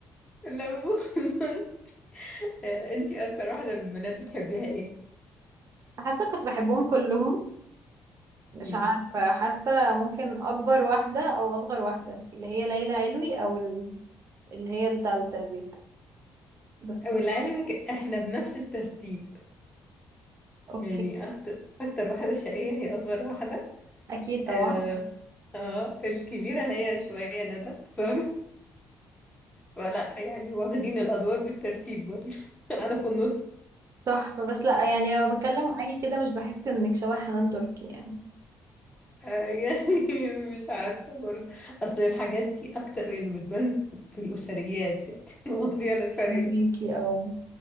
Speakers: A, on the left (about 15°); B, on the right (about 50°).
A: لا بهزر آه، انتي اكتر واحدة من البنات بتحبيها ايه
B: حاسة كنت بحبهم كلهم مش
A: مم.
B: عارفة حاسة ممكن أكبر واحدة أو أصغر واحدة اللي هي ليلى علوي أو ال- اللي هي التالتة دي بس
A: ولعلمك احنا بنفس الترتيب
B: اوكي
A: يعني اكتر اكتر واحدة شقية هي اصغر واحدة
B: أكيد طبعا
A: اه, آه الكبيرة هي شوية ندى فاهمة <laughs> ولا يعني واخدين الادوار بالترتيب برضه <laughs> انا في النص
B: تحفة بس لا يعني لما بتكلم معاكي كده مش بحس انك شبه حنان تركي يعني
A: آه، يعني <laughs> مش عارفة برضه أصل الحاجات دي أكتر يعني بتبان في الأسريات يعني <laughs> المواضيع الأسرية
B: ميكي او